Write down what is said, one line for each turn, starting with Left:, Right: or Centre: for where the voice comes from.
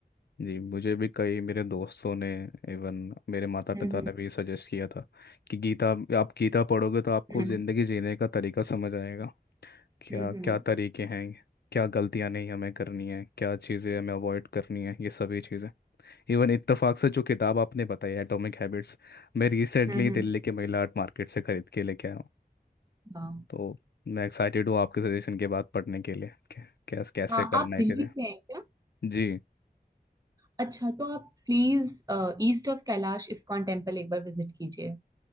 Left: जी मुझे भी कई मेरे दोस्तों ने इवन मेरे माता पिता
Right: हम्म
Left: ने भी सजेस्ट किया था कि गीता आप गीता पढ़ोगे तो आपको
Right: हम्म
Left: ज़िंदगी जीने का तरीका समझ आएगा क्या
Right: हम्म
Left: क्या तरीके हैं क्या गलतियां नहीं हमें करनी है क्या चीज़ें हमें अवॉइड करनी है ये सभी चीज़ें इवन इत्तेफाक से जो किताब आपने बताई एटॉमिक हैबिट्स मैं रिसेंटली
Right: हम्म
Left: दिल्ली के महिला आर्ट मार्केट से खरीद के लेके आया हूँ
Right: वाह
Left: तो मैं एक्साइटेड हूँ आपके सजेशन के बाद पढ़ने के लिए कै- कैसे कैसे
Right: हाँ
Left: करना
Right: आप
Left: है
Right: दिल्ली
Left: चीज़ें
Right: से हैं क्या
Left: जी
Right: अच्छा तो आप please east of Kailash ISKCON temple एक बार विजिट कीजिए